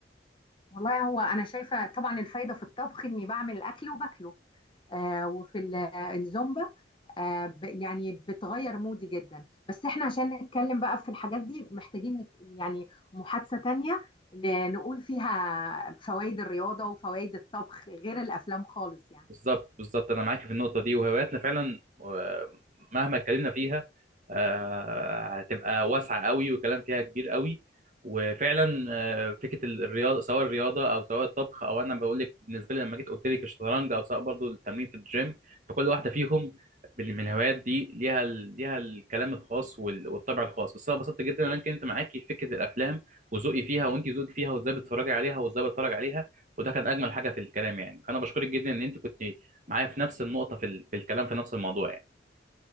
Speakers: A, on the left (about 25°); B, on the right (about 45°).
A: والله هو انا شايفة طبعا الفايدة في الطبخ اني بعمل الاكل وباكله آه، وفي ال- الزومبا آه، ب- يعني بتغير مودي جدا بس احنا عشان نتكلم بقى في الحاجات دي محتاجين نك- يعني محادثة تانية ن- نقول فيها فوائد الرياضة وفوائد الطبخ غير الأفلام خالص يعني
B: بالظبط بالظبط انا معاك في النقطه دي وهواياتنا فعلا آه، مهما اتكلمنا فيها آه، هتبقى واسعه قوي والكلام فيها كبير قوي وفعلا آه، فكره الرياضه سواء الرياضه او سواء الطبخ او انا بقول لك بالنسبه لي لما جيت قلت لك الشطرنج او سواء برضو التمرين في الجيم فكل واحده فيهم بال- من الهوايات دي ليها ال- ليها الكلام الخاص وال- والطبع الخاص بس انا اتبسطت جدا ان انا اتكلمت معاكي في فكره الافلام وذوقي فيها وانت ذوقك فيها وازاي بتتفرجي عليها وازاي بتفرج عليها وده كان اجمل حاجه في الكلام يعني فانا بشكرك جدا ان انت كنت معايا في نفس النقطه في ال- في الكلام في نفس الموضوع يعني